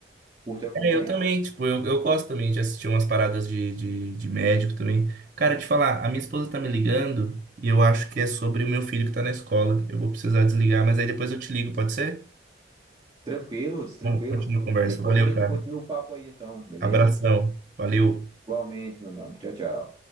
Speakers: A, on the right; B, on the right.
A: curto acompanhar.
B: É, eu também, tipo, eu, eu gosto também de assistir umas paradas de, de, de médico também. Cara, te falar, a minha esposa tá me ligando e eu acho que é sobre o meu filho que tá na escola. Eu vou precisar desligar, mas aí depois eu te ligo, pode ser?
A: Tranquilo, Ruth, tranquilo.
B: Bom, continua a conversa.
A: Depois
B: Valeu,
A: a gente
B: cara.
A: continua o papo aí, então, beleza?
B: Abração. Valeu.
A: Igualmente, meu nome. Tchau, tchau.